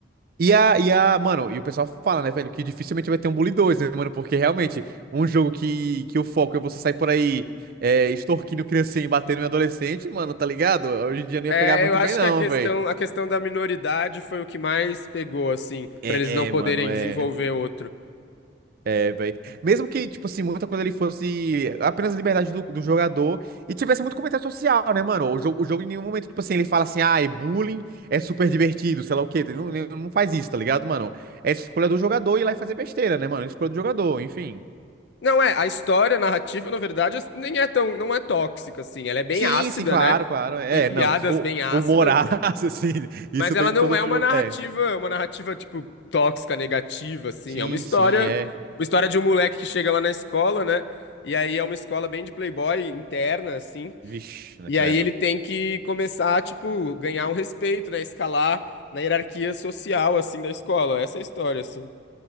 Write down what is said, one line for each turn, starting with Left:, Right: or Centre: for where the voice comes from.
Right: E a, e a, mano, e o pessoal fala, né, velho, que dificilmente vai ter um Bully 2, né, mano? Porque realmente, um jogo que, que o foco é você sair por aí é, extorquindo criancinha e batendo em adolescente, mano, tá ligado? Hoje em dia não ia
Left: É,
Right: pegar muito
Left: eu acho
Right: bem, não,
Left: que a questão,
Right: velho.
Left: a questão da minoridade foi o que mais pegou, assim,
Right: É,
Left: pra eles não poderem
Right: é, mano, é.
Left: desenvolver outro.
Right: É, velho. Mesmo que, tipo assim, muita coisa ele fosse apenas a liberdade do, do jogador e tivesse muito comentário social, né, mano? O jogo, o jogo em nenhum momento, tipo assim, ele fala assim, ah, bullying é super divertido, sei lá o quê. Ele Não, ele não faz isso, tá ligado, mano? É escolha do jogador ir lá e fazer besteira, né, mano? É escolha do jogador, enfim.
Left: Não é, a história, a narrativa, na verdade, nem é tão, não é tóxica, assim. Ela é bem
Right: Sim,
Left: ácida,
Right: sim, claro,
Left: né?
Right: claro. É,
Left: Tem piadas
Right: não. O,
Left: bem ácidas,
Right: o morar,
Left: assim.
Right: <laughs> assim, isso
Left: Mas ela
Right: tem
Left: não
Right: em todo
Left: é uma
Right: jogo.
Left: narrativa,
Right: É.
Left: uma narrativa, tipo, tóxica, negativa, assim.
Right: Sim,
Left: É uma história,
Right: sim, é.
Left: uma história de um moleque que chega lá na escola, né? E aí é uma escola bem de playboy interna, assim.
Right: Vixe, né,
Left: E
Right: credo.
Left: aí ele tem que começar, tipo, ganhar um respeito, né? Escalar na hierarquia social, assim, da escola. Essa é a história, assim.